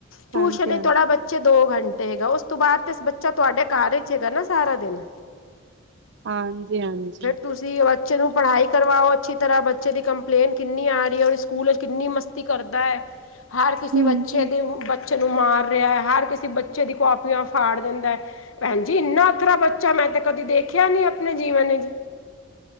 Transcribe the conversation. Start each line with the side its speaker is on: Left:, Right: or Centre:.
Left: ਟਿੂਊਸ਼ਨ
Right: ਹਾਂਜੀ
Left: ਚ ਤੁਹਾਡਾ ਬੱਚੇ ਦੋ ਘੰਟੇ ਤੇ ਹੈਗਾ। ਓਸਤੋਂ ਬਾਅਦ ਤੇ ਬੱਚਾ ਤੁਹਾਡੇ ਘਰ ਚ ਹੈਗਾ ਨਾ ਸਾਰਾ ਦਿਨ
Right: ਹਾਂਜੀ ਹਾਂਜੀ
Left: ਫੇਰ ਤੁਸੀ ਬੱਚੇ ਨੂੰ ਪੜ੍ਹਾਈ ਕਰਵਾਓ। ਅੱਛੀ ਤਰ੍ਹਾਂ ਬੱਚੇ ਦੀ ਕੰਪਲੇਂਨ ਕਿੰਨੀ ਆ ਰਹੀ ਹੈ। ਔਰ ਸਕੂਲ ਚ ਕਿੰਨੀ ਮਸਤੀ ਕਰ ਐ, ਹਰ ਕਿਸੀ
Right: ਹਮ
Left: ਬੱਚੇ ਦੇ ਉ ਬੱਚ ਬੱਚੇ ਨੂੰ ਮਾਰ ਰਿਹਾ ਹੈ। ਹਰ ਕਿਸੇ ਬੱਚੇ ਦੀ ਕਾਪੀਆਂ ਫਾੜ ਦਿੰਦਾ ਹੈ। ਭੈਣ ਜੀ ਇੰਨਾ ਅਥਰਾ ਬੱਚਾ ਮੈਂ ਮੈ ਤੇ ਕਦੇ ਦੇਖਿਆ ਨੀ ਅਪਣੇ ਜੀਵਨ ਚ